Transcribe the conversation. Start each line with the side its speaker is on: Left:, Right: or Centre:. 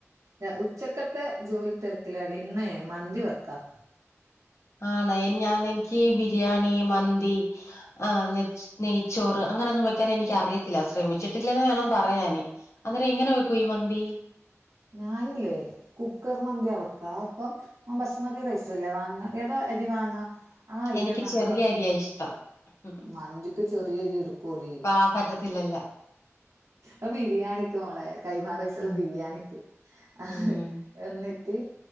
Right: ഉച്ചക്കത്തെ ജോലി തിരക്കിലാടി ഇന്ന് മന്തി വെക്ക
Left: ആണ് അയിന് ഞാനെനിക്ക് ബിരിയാണി മന്തി ആഹ് നച് നെയ്ച്ചോറ് അങ്ങനെയൊന്നും വെക്കാൻ എനിക്കറിയത്തില്ല ശ്രമിച്ചിട്ടില്ലന്ന് വേണം പറയാന്. അന്നേരം എങ്ങനവെക്കും ഈ മന്തി
Right: ഞാനില്ലേ കുക്കർ മന്തിയാ വെക്കാ അപ്പം ആ ബസ്മതി റൈസ് അല്ലേ വാങ്ങ ഏതാ അരി വാങ്ങ ആ അരി
Left: എനിക്ക്
Right: എന്നാക്കമ്പ
Left: ചെറിയ അരിയാ ഇഷ്ടം ഉം
Right: മന്തിക്ക് ചെറിയ അരി എടുക്കുടി
Left: പാ പറ്റത്തില്ലല്ല
Right: അത് ബിരിയാണിക്ക് മോളെ കൈമാ റൈസെല്ലാം
Left: ഉം
Right: ബിരിയാണിക്ക് ക്ക്‌ ആഹ്
Left: ഉം
Right: എന്നിട്ട്